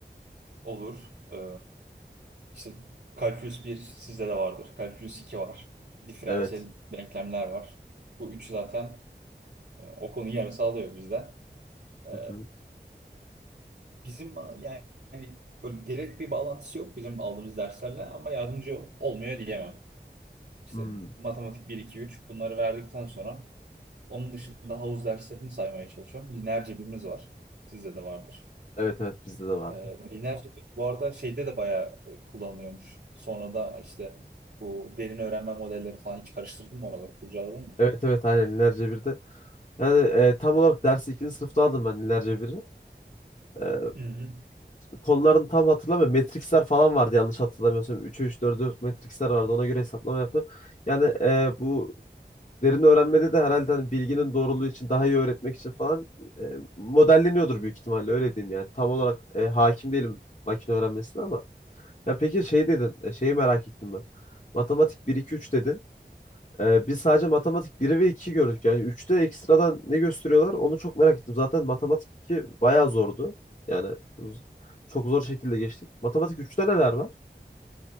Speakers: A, on the right; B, on the left.
A: Olur. Ee, işte kalkülüs 1 sizde de vardır. Kalkülüs 2 var. Diferansiyel
B: Evet.
A: denklemler var. Bu üç zaten e, okulun yarısı alıyor bizde. Ee,
B: Hı hı.
A: bizim yani yani böyle direkt bir bağlantısı yok bizim aldığımız derslerle ama yardımcı olmuyor diyemem. İşte
B: Hmm.
A: matematik 1, 2, 3 bunları verdikten sonra onun dışında havuz derslerini saymaya çalışıyorum. Lineer cebimiz var. Sizde de vardır.
B: Evet evet bizde de vardı.
A: Ee, lineer cebir bu arada şeyde de bayağı e, kullanılıyormuş. Sonra da işte bu derin öğrenme modelleri falan hiç karıştırdın mı oraları kurcaladın mı?
B: Evet evet aynen lineer cebirde. Yani e, tam olarak dersi ikinci sınıfta aldım ben ilerce biri. E,
A: Hı hı.
B: konularını tam hatırlamıyorum. Matrixler falan vardı yanlış hatırlamıyorsam. 3'e üç 4'e 4 matrixler vardı. Ona göre hesaplama yaptım. Yani e, bu derin öğrenmede de herhalde hani bilginin doğruluğu için daha iyi öğretmek için falan e, modelleniyordur büyük ihtimalle öyle diyeyim yani. Tam olarak e, hakim değilim makine öğrenmesine ama. Ya peki şey dedin, e, şeyi merak ettim ben. Matematik bir 2 3 dedin. Ee, biz sadece matematik 1 ve 2 gördük. Yani üçte ekstradan ne gösteriyorlar onu çok merak ettim. Zaten matematik 2 bayağı zordu. Yani z- çok zor şekilde geçtik. Matematik üçte neler var?